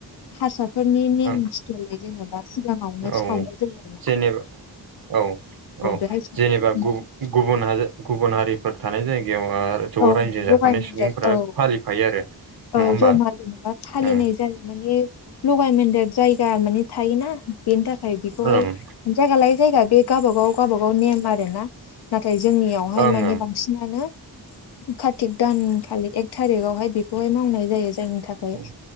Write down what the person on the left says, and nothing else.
हारसाफोरनि नेम
सिथाइल जेनेबा सिगाङावनो
सावनाय
जायो आरो
बेहाय सावो
ओमफ्राय
औ
लगाय मोनदेर
औ
औ
जमा जेनेबा फालिनाय
जायो माने लगायमोनदेर जायगा मानि थायोना बेनि थाखाय बेखौहाय
जायगा लायै जायगा बे गावबागाव गावाबागाव नेम आरो ना नाथाय जोंनियावहाय
मानि बांसिनानो कातिक दानखालि एक थारिकावहाय बे खौहाय मावनाय जायो जायनि थाखाय